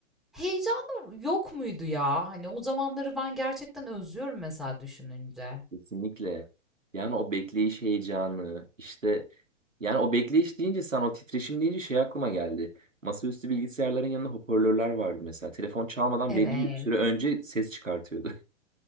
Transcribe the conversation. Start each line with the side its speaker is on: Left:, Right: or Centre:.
Centre: Heyecanı yok muydu ya? Hani o zamanları ben gerçekten özlüyorum mesela düşününce.
Right: Kesinlikle. Yani o bekleyiş heyecanı işte yani o bekleyiş deyince sen o titreşim deyince şey aklıma geldi. Masaüstü bilgisayarların yanında hoparlörler vardı mesela. Telefon çalmadan
Centre: Evet.
Right: belli bir süre önce ses çıkartıyordu.